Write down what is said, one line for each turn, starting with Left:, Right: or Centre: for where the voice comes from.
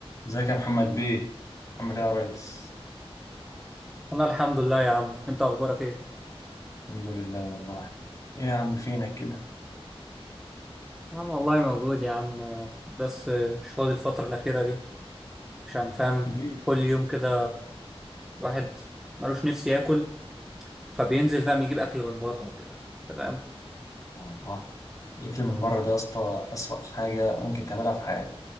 Left: ازيك يا محمد بيه عامل ايه يا ريس
Centre: والله الحمد لله يا عم انت اخبارك ايه
Left: الحمد لله والله ايه يا عم فينك كده
Centre: يا عم والله موجود يا عم آه، بس آه، مش فاضي الفترة الأخيرة دي عشان فاهم
Left: ليه
Centre: كل يوم كده الواحد ملوش نفسي ياكل فبينزل فاهم يجيب أكل من بره وكده تمام
Left: والله الاكل من بره ده يا اسطى اسوأ حاجه ممكن تعملها في حياتك